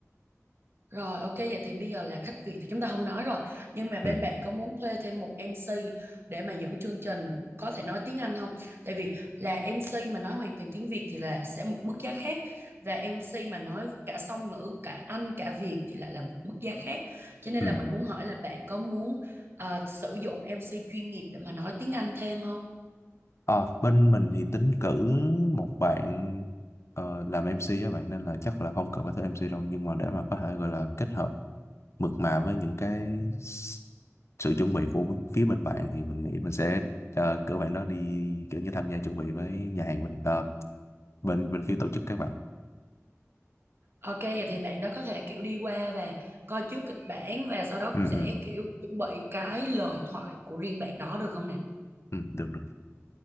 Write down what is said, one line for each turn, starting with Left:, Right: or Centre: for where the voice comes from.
Right: Rồi ok vậy thì bây giờ là khách Việt thì chúng ta không nói rồi Nhưng mà bên
Left: ừ.
Right: bạn có muốn thuê thêm một MC Để mà dẫn chương trình có thể nói tiếng Anh không? Tại vì là MC mà nói hoàn toàn tiếng Việt thì là sẽ một mức giá khác Và MC mà nói cả song ngữ, cả Anh, cả Việt thì lại là một mức giá khác Cho nên
Left: ừ.
Right: là mình muốn hỏi là bạn có muốn ờ, sử dụng MC chuyên nghiệp để mà nói tiếng Anh thêm không?
Left: Ờ, bên mình thì tính cử một bạn ờ, làm MC á vậy nên là chắc là không cần phải thuê MC đâu nhưng mà để mà có thể gọi là kết hợp mượt mà với những cái s- sự chuẩn bị của phía bên bạn thì mình nghĩ mình sẽ ờ, cử bạn đó đi kiểu như tham gia chuẩn bị với nhà hàng bên ờ, bên bên phía tổ chức các bạn.
Right: Ok vậy thì bạn đó có thể kiểu đi qua và coi trước kịch bản Và sau đó
Left: Ừ
Right: cũng sẽ
Left: ừ
Right: kiểu chuẩn bị cái lời thoại của riêng bạn đó được không nè?
Left: ừ được được.